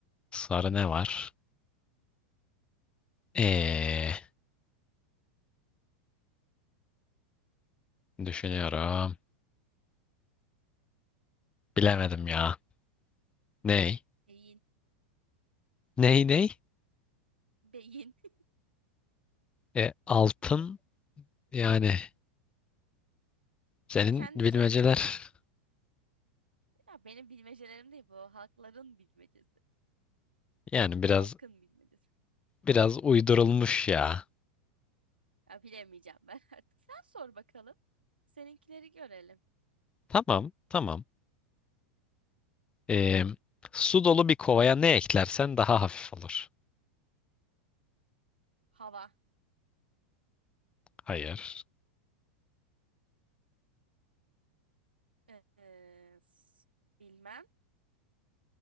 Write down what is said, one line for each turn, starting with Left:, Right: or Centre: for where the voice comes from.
Left: sarı ne var? Ee, düşünüyorum. Bilemedim ya. Ney?
Right: Beyin.
Left: Ney ney?
Right: Beyin. <laughs>
Left: E, altın yani senin
Right: İşte kendi
Left: bilmeceler
Right: kendine ya benim bilmecelerim değil bu. Halkların bilmecesi.
Left: yani biraz
Right: Halkın bilmecesi.
Left: biraz uydurulmuş ya.
Right: Ya bilemeyeceğim ben <laughs> artık. Sen sor bakalım. Seninkileri görelim.
Left: Tamam tamam. Ee, su dolu bir kovaya ne eklersen daha hafif olur.
Right: Hava.
Left: Hayır.
Right: Ee, s- bilmem.